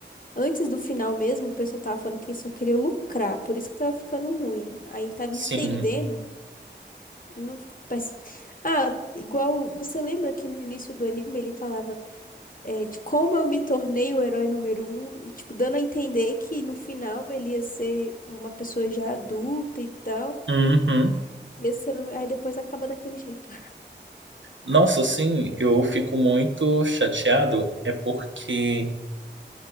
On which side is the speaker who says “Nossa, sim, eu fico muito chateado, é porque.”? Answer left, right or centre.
Right